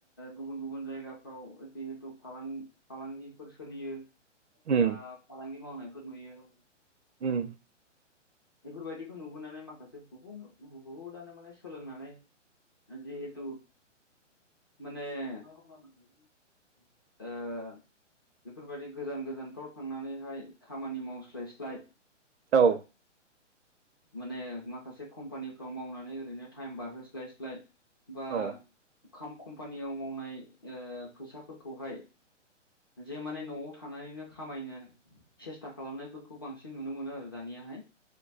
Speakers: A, on the left; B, on the right.
A: गुबुन गुबुन जायगाफ्राव जेहिथु फालांग फालांगिफोर सोलियो
B: उम
A: आ फालांगि मावनायफोर नुयो
B: उम
A: बेफोरबायदिखौ नुबोनानै माखासे बहु बहुदानो माने सोलोंनानै जिहेथु माने ओ बेफोरबादि गोजान गोजानफ्राव थांनानैहाय खामानि मावस्लायस्लाय
B: औ
A: माने माखासे कम्पानिफ्राव मावनानै ओरैनो टाइम बारहोस्लायस्लाय बा
B: औ
A: कम्पानियाव मावनाय ओ फैसाफोरखौहाय जे माने न'आव थानानैनो खामायनो सेस्था खालामनायफोरखौ बांसिन नुनो मोनो आरो दानियाहाय।